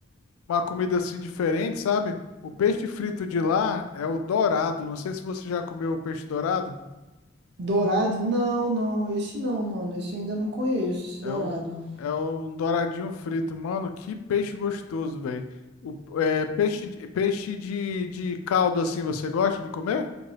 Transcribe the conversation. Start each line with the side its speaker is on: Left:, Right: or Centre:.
Left: uma comida assim diferente, sabe? O peixe frito de lá é o dourado. Não sei se você já comeu o peixe dourado.
Right: Dourado? Não, não, esse não, mano. Esse eu ainda não conheço, esse
Left: É
Right: dourado.
Left: um, é um douradinho frito. Mano, que peixe gostoso, velho. O é, peixe, de- peixe de, de caldo assim, você gosta de comer?